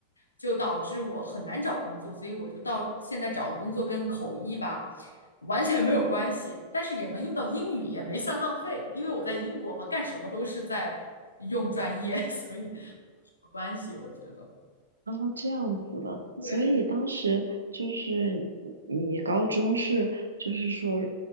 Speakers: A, on the left; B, on the right.
A: 就导致我很难找工作。所以我就到现在找的工作跟口译吧。完全没有关系，但是也能用到英语，也没算浪费，因为我在英国嘛，干什么都是在用专业，<laughs> 所以没什么关系，我觉得。
B: 哦，这样子的，
A: 对。
B: 所以当时就是你高中是，就是说，